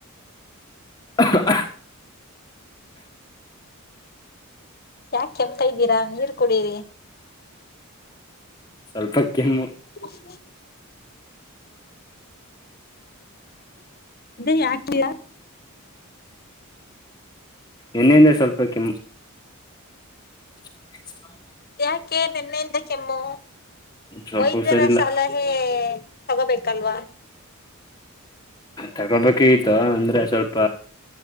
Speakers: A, on the left (about 20°); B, on the left (about 45°).
A: <unintelligible>
B: ಯಾಕೆ ಕೆಮ್ತಾ ಇದ್ದೀರಾ ನೀರ್ ಕುಡರಿ
A: ಸ್ವಲ್ಪ ಕೆಮ್ಮು
B: ಹ ಅದೇ ಯಾಕಿಯಾ
A: ಎಣ್ಣೆಯಿಂದ್ರೆ ಸ್ವಲ್ಪ ಕೆ ಎ
B: ಯಾಕೆ ನೆನ್ನೆಯಿಂದ ಕೆಮ್ಮು
A: ಸ್ವಲ್ಪ
B: ವೈದ್ಯರ
A: ಹುಷಾರಿಲ್ಲ
B: ಸಾಲ ಹೇ ತಗೋಬೇಕಲ್ವಾ
A: ತಗೋಬೇಕ ಆ್ತ ಅಂದ್ರೆ ಸ್ವಲ್ಪ